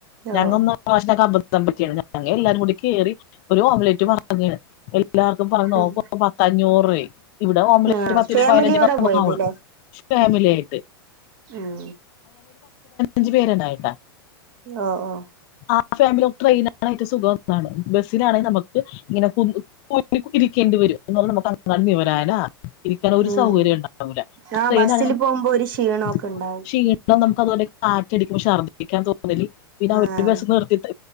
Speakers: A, on the left; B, on the right.
A: ഞങ്ങൊന്നങ്ങനെ
B: ഓ
A: <inaudible> പതം പറ്റിയാണ് ഞങ്ങ എല്ലാരും കൂടി കെ റി ഒരു ഓംലേറ്റ് അങ്ങനെ എ ല്ലാർക്കും പറഞ്ഞ
B: ഉം
A: നോക്ക പത്തഞ്ഞൂറ് <unintelligible> ഇവിടെ ഒമ്റ്റ്
B: ആഹ്
A: ല പത്തി
B: ഫാമിലിയോടെ
A: പതിനഞ്ച്ക്കെ നമുക്ക്
B: പോയത്
A: <unintelligible>
B: ല്ലേ
A: ഫാമിലിയാട്ട്
B: ഉം
A: ഞ്ചു പേരിണ്ടായിട്ടാ
B: ഓ ഓ
A: ആ ഫാമിലി ട്രെയിനാണങ്ക റ്റവും സുഖാണ് ബസ്സിനാണങ്കിൽ നമുക്ക് ഇങ്ങനെ കു കുരിക്കേണ്ടി വരും എന്ന നമുക്ക് അങ്ങ വിവരാനാ ഇരിക്കാന ഒരു
B: ഉം
A: സൗകര്യം ഉണ്ടാവില്ലെന
B: ആ ബസ്സില് പോകുമ്പോ ഒരു ക്ഷീണൊക്കെ
A: <unintelligible>
B: ഉണ്ടാവും
A: ക്ഷീണ അതോലെ കാറ്റാടിക്കമ്പോ ശർദ്ിക്ക മു പിന്നെ
B: ആഹ്
A: <unintelligible> നിർത്തിട്ട്